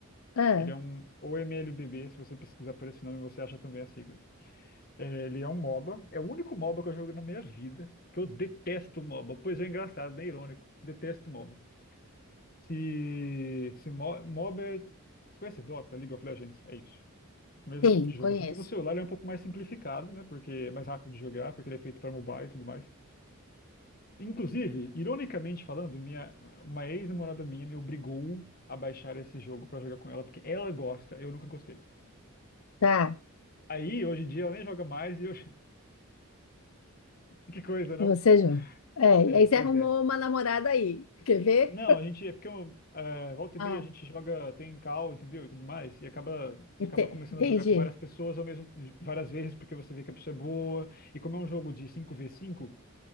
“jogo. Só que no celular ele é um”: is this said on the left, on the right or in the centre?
Left